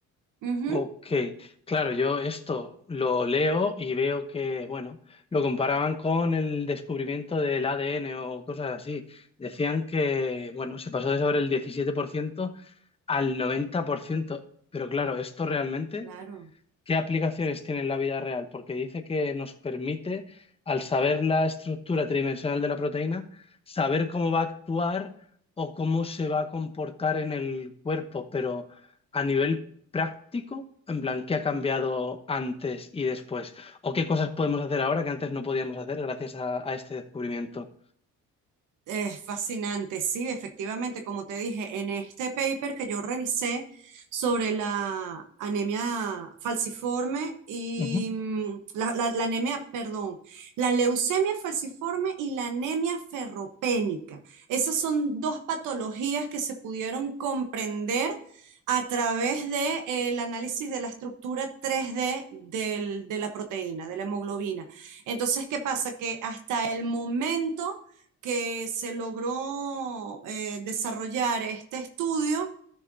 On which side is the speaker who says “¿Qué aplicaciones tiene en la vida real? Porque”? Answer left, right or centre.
Left